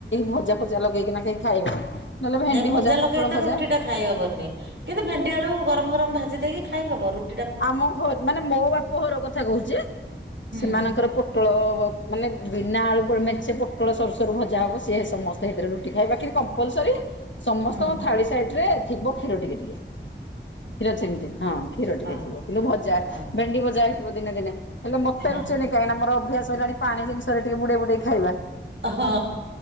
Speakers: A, on the left; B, on the right.
A: ଭଜା ଫଜା ଲଗେଇକିନା କେହି ଖାଇବେନି। ନହେଲେ ଭେଣ୍ଡି
B: ନାଇଁ ଭଜା ଲଗେଇ
A: ପୋଟଳ
B: ତ
A: ଭଜା
B: ରୁଟି ଟା ଖାଇହବନି କିନ୍ତୁ ଭେଣ୍ଡି ଆଳୁ ଗରମ ଗରମ ଭାଜି ଦେଇକି ଖାଇହବ ରୁ
A: ଆମ ଘ ମାନେ ମୋ ବାପ ଘର କଥା କହୁଛି
B: ହୁଁ
A: ସେମାନଙ୍କର ପୋଟଳ ମାନେ ବିନା ଆଳୁ ଫଳୁ ମେଞ୍ଚେ ପୋଟଳ ସରୁ ସରୁ ଭଜା ହବ ସିଏ ସମସ୍ତେ ହେଥିରେ ରୁଟି ଖାଇବେ ବାକି କମ୍ପୂଲ୍ସୁରୀ ସମସ୍ତଙ୍କ
B: ହୁଁ
A: ଥାଳି ସାଇଟରେ ଥିବ କ୍ଷୀର ଟିକେ ଟିକେ। କ୍ଷୀର ସେମିତି ହଁ କ୍ଷୀର ଟିକେ।
B: ହଁ
A: କିନ୍ତୁ ଭଜା
B: ହଁ
A: ଭେଣ୍ଡି ଭଜା ହେଇଥିବ ଦିନେ ଦିନେ ହେଲେ ମତେ
B: ହଁ
A: ରୁଚେନି। କାହିଁକିନା ମୋର ଅଭ୍ୟାସ ହେଲାଣି ପାଣି ଜିନିଷରେ ଟିକେ ବୁଡେଇ ବୁଡେଇ ଖାଇବା।
B: ହଁ